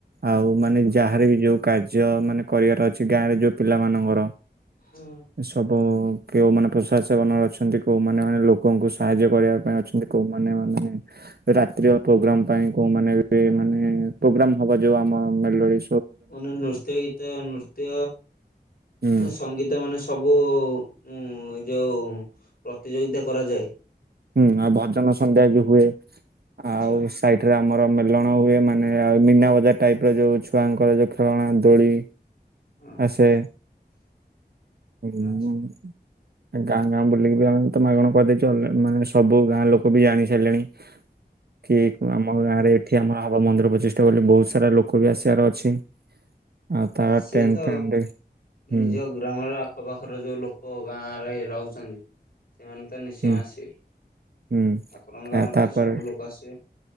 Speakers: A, on the right (about 65°); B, on the left (about 60°).
A: ଆଉ ମାନେ ଯାହାର ବି ଯୋଉ କାର୍ଯ୍ୟ ମାନେ କରିବାର ଅଛି ଗାଁ ରେ ଯୋଉ ପିଲାମାନଙ୍କର
B: ହୁଁ।
A: ସବୁ କେଉଁମାନେ ପ୍ରଶାସକନ ଅଛନ୍ତି କେଉମାନେ ମାନେ ଲୋକଙ୍କୁ ସାହାଯ୍ୟ କରିବା ପାଇଁ ଅଛନ୍ତି କୋଉ ମାନେ ମାନେ ରାତ୍ରିୟ ପ୍ରୋଗ୍ରାମ ପାଇଁ କୋଉମାନେ ବି ମାନେ ପ୍ରୋଗ୍ରାମ ହବ ଯୋଉ ଆମ ମେଲୋଡ଼ି
B: ମାନେ ନୃତ୍ୟ ଗୀତ ନୃତ୍ୟ
A: ହଁ
B: ସଙ୍ଗୀତ ମାନେ ସବୁ ଉଁ ଏଇ ଯୋଉ ପ୍ରତିଯୋଗିତା କରାଯାଏ।
A: ହୁଁ ଆଉ ଭଜନ ସନ୍ଧ୍ୟା ବି ହୁଏ
B: ଆଚ୍ଛା।
A: ଆଉ। ସାଇଠରେ ଆମର ମେଲଣ ହୁଏ। ମାନେ ଆଉ ମୀନା ବଜାର ଟାଇପ୍ ର ଯେଉଁ ଛୁଆଙ୍କର ଯେଉଁ ଖେଳଣା ଦୋଳି
B: ହଁ।
A: ଆସେ <unintelligible>
B: ଆଚ୍ଛା
A: ଗାଁ ଗାଁ ବୁଲିକି ବି ଆମେ ତ ମାଗଣା କରିଦେଇଛୁ ମାନେ ସବୁ ଗାଁ ଲୋକ ବି ଜାଣି ସାରିଲେଣି। ହଁ କି ଆମ ଗାଁ ରେ ଏଠି ଆମର ହବା ମନ୍ଦିର ପ୍ରଚୀଷ୍ଟା କଲେ ବହୁତ ସାରା ଲୋକ ବି ଆସିବାର ଅଛି ଆଉ ତାର
B: ଆ ସିଏ
A: ଟେଣ୍ଟ
B: ତ
A: ଫେଣ୍ଟ, ହୁଁ।
B: ନିଜ ଗ୍ରାମର ଆଖପାଖର ଯୋଉ ଲୋକ ଗାଁରେ ରହୁଛନ୍ତି ସେମାନେ ତ ନିଶ୍ଚୟ
A: ହୁଁ
B: ଆସିବେ। ଠାକୁରଙ୍କ
A: ହୁଁ ତା-
B: କାମରେ
A: ତାପରେ
B: ତ ସବୁ ଲୋକ ଆସିବେ।